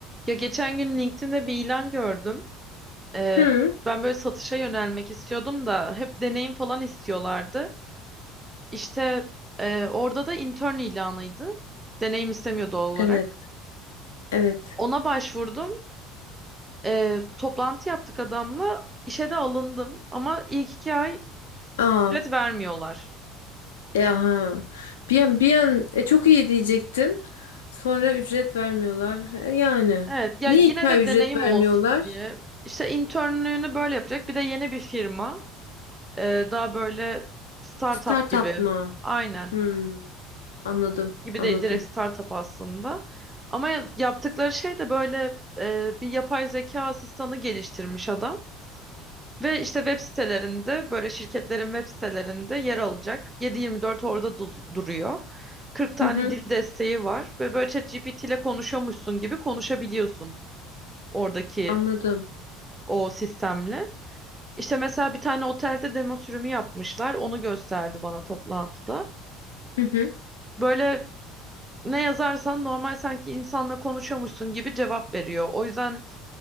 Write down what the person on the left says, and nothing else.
Hı,
evet, evet.
Aa,
e aha. Bir an, bir an e, çok iyi diyecektim. Sonra ücret vermiyorlar. E, yani.
Niye
iki ay
ücret
vermiyorlar?
Startup
mı?
Hmm, anladım,
anladım.
Hı hı,
anladım.
Hı hı.